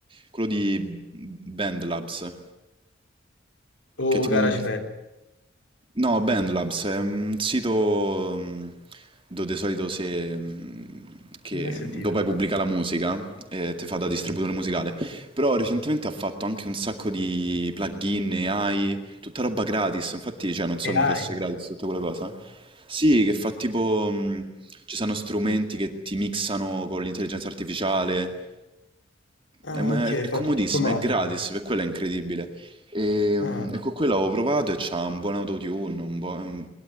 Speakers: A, on the right (about 30°); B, on the left (about 70°).
A: quello di Bandlabs,
B: O
A: che è tipo
B: GarageBand?
A: un... No, BandLabs è un sito mh, dove di solito se, mh, che
B: Non mai sentito.
A: dopo hai pubblica la musica e ti fa da distributore
B: Sì.
A: musicale, però recentemente ha fatto anche un sacco di plugin, AI, tutta roba gratis, infatti cioè, non so
B: AI.
A: come fosse gratis tutta quella cosa. Sì, che fa tipo, mh, ci sono strumenti che ti mixano con l'intelligenza artificiale,
B: Ah,
A: eh, ma
B: ok,
A: è, è
B: fa
A: comodissimo,
B: tutto automatico.
A: è gratis, per quello è incredibile. E, mm,
B: Ah,
A: e con quello avevo provato e c'ha un buon autotune, un buo- un